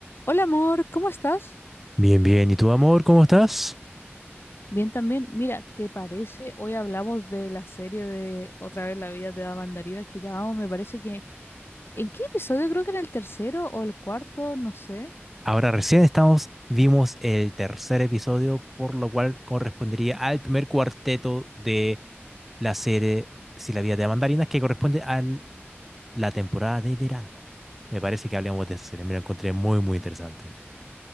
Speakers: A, on the left (about 60°); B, in the centre.
A: Hola amor, ¿cómo estás?
B: Bien, bien. ¿Y tú, amor, cómo estás?
A: Bien también. Mira, ¿te parece? Hoy hablamos de la serie de Otra vez la vida te da mandarinas que ya vamos, me parece que... ¿En qué episodio? Creo que en el tercero o el cuarto, no sé.
B: Ahora recién estamos, vimos el tercer episodio, por lo cual correspondería al primer cuarteto de la serie Si la vida te da mandarinas, que corresponde a la temporada de verano. Me parece que hablemos de esa serie. Me la encontré muy, muy interesante.